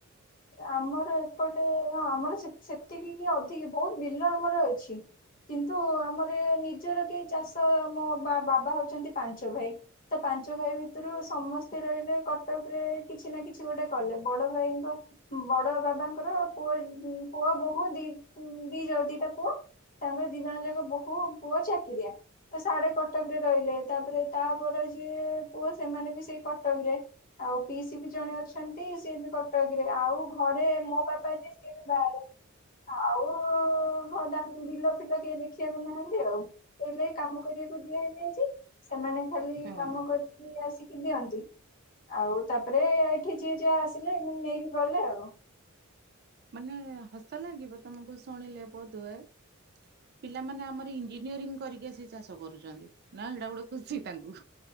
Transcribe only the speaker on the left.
ଆମର ଏପଟେ ହଁ ଆମର ସେତ୍ ସେତିକି କି ଅଧିକ ବହୁତ ବିଲ ଆମର ଅଛି। କିନ୍ତୁ ଆମର ନିଜର କି ଚାଷ ମୋ ବାବା ହଉଛନ୍ତି ପାଞ୍ଚ ଭାଇ। ତ ପାଞ୍ଚ ଭାଇ ଭିତରୁ ସମସ୍ତେ ରହିଲେ କଟକ ରେ କିଛି ନା କିଛି ଗୋଟେ କଲେ ବଡ ଭାଇଙ୍କ। ବଡ ବାବାଙ୍କର ପୁଅ ପୁଅ ବୋହୁ ଦି ଦି ଜ ଦିଟା ପୁଅ। ତାଙ୍କର ଦିଜଣ ଯାକ ବୋହୁ ପୁଅ ଚାକିରିଆ। ସାଡେ କଟକରେ ରହିଲେ ତାପରେ ତାପରେ ଯିଏ ପୁଅ ସେମାନେ ବି ସେଇ କଟକରେ। ଆଉ ପିଇସି ବି ଜଣେ ଅଛନ୍ତି ସିଏ ବି କଟକ। ଆଉ ଘରେ ମୋ ବାପା ଯିଏ ସିଏ ବି ବାହାରେ। ଆଉ ଘ ଦା ବିଲ ଫିଲ କେହି ଦେଖିବାକୁ ନାହାଁନ୍ତି ଆଉ। ସେଇ ଲାଗି କାମ କରିବାକୁ ଦିଆ ହେଇଯାଇଛି ସେମାନେ ଖାଲି
କାମ କରିକି ଆସି। କି ଦିଅନ୍ତି ଆଉ ତାପରେ ଏଠି ଯିଏ ଜା ଆସିଲେ ନେଇକି ଗଲେ ଆଉ।